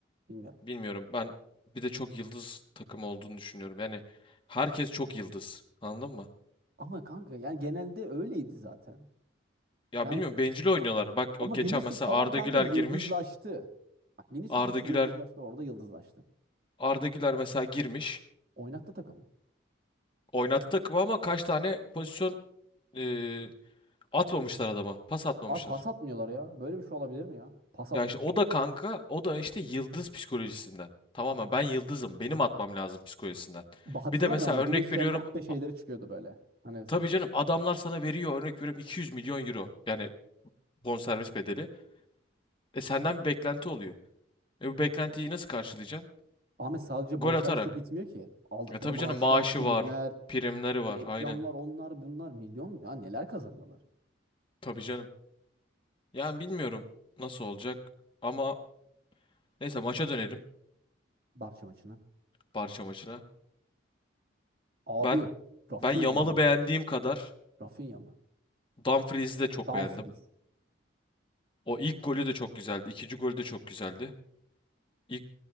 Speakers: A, on the right; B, on the left.
A: Bilmiyorum.
B: Bilmiyorum. Ben bir de çok yıldız takım olduğunu düşünüyorum. Yani herkes çok yıldız. Anladın mı?
A: Ama kanka yani genelde öyleydi zaten.
B: Ya
A: Yani
B: bilmiyorum bencil oynuyorlar. Bak
A: ama
B: o geçen
A: Vinicius
B: mesela
A: falan
B: Arda
A: kanka
B: Güler
A: yıldızlaştı.
B: girmiş.
A: Bak Vinicius
B: Arda
A: mesela
B: Güler
A: yıldızlaştı orada yıldızlaştı.
B: Arda Güler mesela girmiş.
A: Oynattı takımı.
B: Oynattı takımı ama kaç tane pozisyon e, atmamışlar adama. Pas atmamışlar.
A: At pas atmıyorlar ya. Böyle bir şey olabilir mi ya? Pas atmıyor.
B: Ya işte o da kanka o da işte yıldız psikolojisinden. Tamamen ben yıldızım. Benim atmam lazım psikolojisinden.
A: Ba- Hatırlamıyor
B: Bir de mesela
A: musun?
B: örnek
A: Vinicius
B: veriyorum.
A: Mbappe şeyleri
B: a-
A: çıkıyordu böyle. Hani
B: Tabii canım adamlar sana veriyor örnek veriyorum 200 milyon euro. Yani bonservis bedeli. E senden bir beklenti oluyor. E bu beklentiyi nasıl karşılayacaksın?
A: Ahmet sadece
B: Gol
A: bonservisle
B: atarak.
A: bitmiyor ki. Aldıkları
B: E tabii
A: maaşlar,
B: canım maaşı
A: primler,
B: var, primleri var.
A: reklamlar
B: Aynen.
A: onlar bunlar milyon ya neler kazanıyorlar
B: Tabii canım. Yani bilmiyorum nasıl olacak ama neyse maça dönelim.
A: Barça maçına.
B: Barça maçına.
A: Abi
B: Ben
A: Rafinha
B: ben Yamal'ı
A: ya.
B: beğendiğim kadar
A: Rafinha mı?
B: Dumfries'i de çok
A: Dumfries.
B: beğendim. O ilk golü de çok güzeldi. İkinci golü de çok güzeldi. İlk